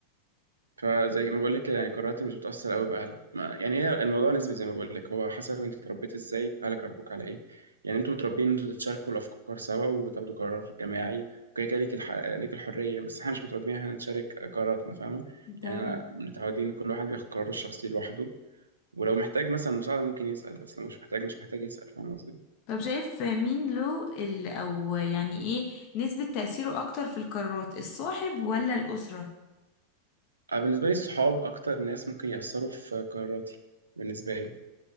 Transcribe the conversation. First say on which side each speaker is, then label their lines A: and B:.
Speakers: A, on the right; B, on the left.
A: فزي ما بقول لك كده يعني قراراتي مش بتاثر قوي باهلي ما يعني هي الموضوع نسبي زي ما بقول لك هو حسب انت اتربيت ازاي اهلك ربوك على ايه يعني انتوا متربيين ان انتوا تتشاركوا الافكار سوا وتاخدوا قرار جماعي وكده كده ليك الح... ليك الحريه بس احنا مش متربيين إن احنا نشارك قراراتنا فاهمه
B: تمام
A: يعني انا متعودين كل واحد بياخد قراره الشخصي لوحده ولو محتاج مثلا مساعدة ممكن يسأل بس لو مش محتاج مش محتاج يسأل فاهم قصدي؟
B: طب شايف مين له ال او يعني ايه نسبة تأثيره اكتر في القرارات الصاحب ولا الأسرة
A: أنا بالنسبة لي الصحاب أكتر ناس ممكن يأثروا في قراراتي بالنسبة لي